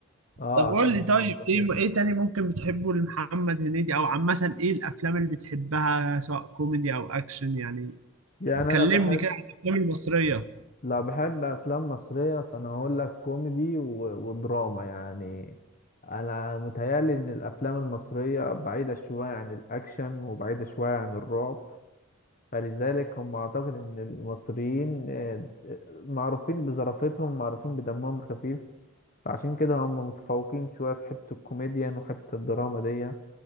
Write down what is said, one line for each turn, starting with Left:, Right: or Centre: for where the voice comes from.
Left: اه
Right: طب قول
Left: أعتقد
Right: لي
Left: إن
Right: طيب
Left: هو البطاطس
Right: ايه ايه تاني ممكن بتحبه لمحمد هنيدي او عامة ايه الافلام اللي بتحبها سواء كوميدي او اكشن يعني
Left: يعني
Right: كلمني
Left: أنا بحب
Right: كده عن الافلام المصرية
Left: لا بحب افلام مصريه فانا هقول لك كوميدي و- ودراما يعني انا متهيالي ان الافلام المصريه بعيده شويه عن الاكشن وبعيده شويه عن الرعب فلذلك هم اعتقد ان المصريين آه، معروفين بظرافتهم معروفين بدمهم الخفيف فعشان كده هم متفوقين شويه في حته الكوميديا وحته الدراما دي